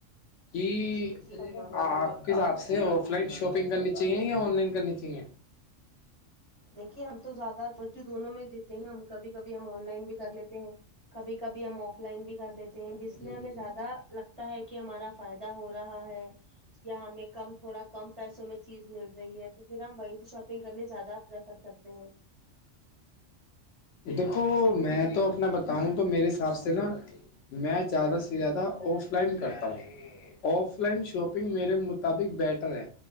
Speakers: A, on the left (about 70°); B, on the right (about 30°).
A: کہ
B: جی جی فرمائیں
A: آپ کے حساب سے آف لائن شاپنگ کرنی چاہیے یا آن لائن کرنی چاہیے
B: دیکھیے ہم تو زیادہ جو دونوں میں ہی دیتے ہیں ہم کبھی کبھی ہم آن لائن بھی کر لیتے ہیں کبھی کبھی ہم آف لائن بھی کر لیتے ہیں جس
A: چاہیے
B: میں ہمیں زیادہ لگتا ہے کہ ہمارا فائدہ ہو رہا ہے ہمیں کم تھوڑا کم پیسوں میں چیز مل رہی ہے تو پھر ہم وہیں سے شاپ سپنگ کرنی زیادہ پریفر کرتے ہیں
A: دیکھو میں تو اپنا بتاؤں تو میرے حساب سے نا میں زدہ سے زیادہ آف لائن کرتا ہوں آف لائن شاپنگ میرے م <unintelligible> مطبق بیٹر ہے